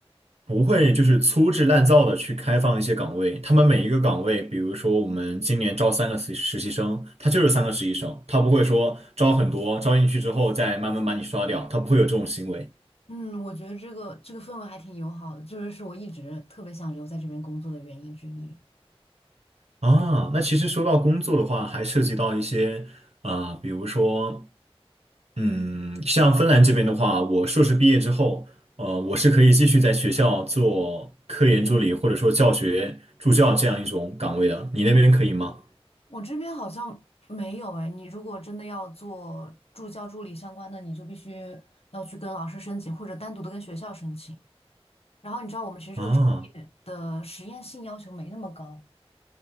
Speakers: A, on the right; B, on the left.
A: 不会就是粗制滥造的去开放一些岗位，他们每一个岗位，比如说我们今年招三个实实习生，他就是三个实习生，他不会说招很多，招进去之后再慢慢把你刷掉，他不会有这种行为
B: 嗯，我觉得这个这个氛围还挺友好的，就是是我一直特别想留在这边工作的原因之一。
A: 啊。那其实说到工作的话，还涉及到一些啊、比如说嗯，像芬兰这边的话，我硕士毕业之后，呃，我是可以继续在学校做科研助理，或者说教学助教这样一种岗位的。你那边可以吗？
B: 我这边好像没有哎，你如果真的要做助教助理相关的，你就必须要去跟老师申请，或者单独的跟学校申请。然后你知道我们其实这个专业的实验性要求没那么高。
A: 啊